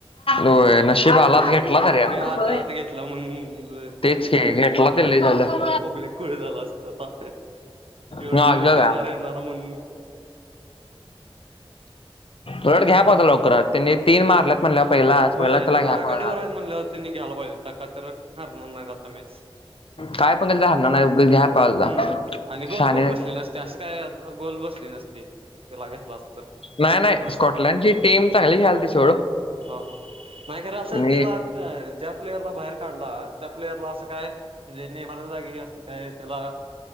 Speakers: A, on the left (about 70°); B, on the right (about 70°).
A: होय नशीब आलात
B: तरी
A: घेतला यार.
B: तरी आता
A: नकोय
B: आता घेतलं मग बरं
A: तेच की घेतला ते लय झालं.
B: पब्लिक खुळ झाला असत आता एवढे
A: मी आजो
B: दिवस येणार
A: का
B: येणार म्हण
A: उलट घ्या काकू लवकरात त्यांनी तीन मारल्यात म्हणल्यावर पहिलाच पहिलाच
B: होय
A: त्याला
B: आता
A: घ्या
B: आघाडी
A: पाहिजे.
B: वर हायत म्हणल्यावर त्यांनी घ्यायला पाहिजे त्या का तर हरणार नाहीत आता मॅच
A: काय पण केलं तर हरणार नाही उगाच घ्या पाहिजे
B: हम आणि गोल
A: शहाणे
B: पण
A: नाहीत.
B: बसली नसती असं काय गोल बसली नसती तुला घेतल असत तर
A: नाही नाही
B: कारण असं
A: स्कॉटलंँडची
B: का
A: टीम चांगली खेळालती सोड
B: ह हा नाय खर असं
A: तुम्ही
B: त्याला ते ज्या प्लेयरला बाहेर काढला त्या प्लेयरला असं काय म्हणजे नेमच्या जागी असं काय त्याला